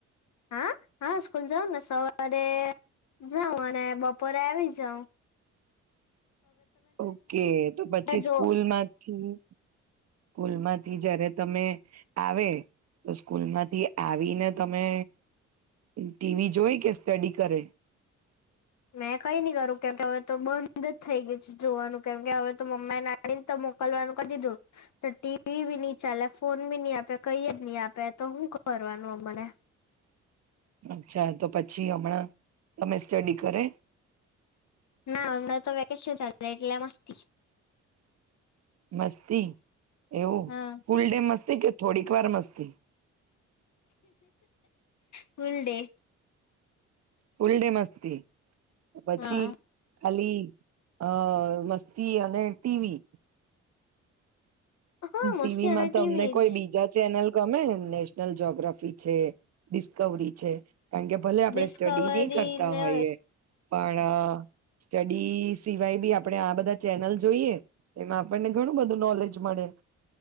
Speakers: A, on the left; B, on the right.
A: હા હા સ્કૂલ જાવ ને સવારે જાવ અને બપોરે આવી જાવ
B: ઓકે તો પછી
A: જો
B: સ્કૂલ માંથી સ્કૂલ માંથી જય્યારે તમે આવે તો સ્કૂલમાંથી આવીને તમે ટીવી જોઈ કે સ્ટડી કરે
A: મેં કઈ નહી કરું કેમકે હવે તો બંધ જ થઈ ગયું જોવાનું કેમકે હવે તો મમ્મા એને નાડીને તો મોકલવાનું ક દીધું તો ટીવી બી નહી ચાલે ફોન બી નહી આપે કઈ જ નહી આપે તો હું કરવાનું મને
B: અચ્છા તો પછી હમણાં તમે સ્ટડી કરે
A: ના હમણાં તો વેકેશન ચાલે એલા મસ્તી
B: મસ્તી એવું
A: હા
B: ફૂલ ડે મસ્ત કે થોડીક વાર મસ્તી
A: ફૂલ ડે
B: ફુલ ડે મસ્તી પછી,
A: હા
B: ખાલી અ મસ્તી અને ટીવી.
A: હા
B: ટીવીમાં
A: મસ્તી અને ટીવી
B: તમને કોઈ
A: જ
B: બીજા ચેનલ ગમે નેશનલ જગ્રાફી છે ડિસ્કવરી છે. કારણ કે ભલે આપડણે
A: ડિસ્કવરી
B: સ્ટડી નહી કરતા
A: ને
B: હોઈએ. પણ સ્ટડી સિવાય બી આપણેે આ બધા ચેનલ જોઈએ એમાં આપણને ઘણું બધું નોલેજ મળે.